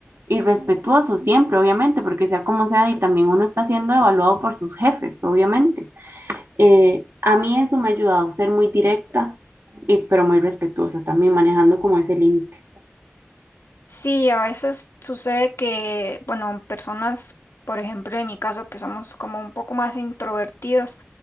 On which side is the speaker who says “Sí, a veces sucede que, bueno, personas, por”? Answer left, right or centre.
Left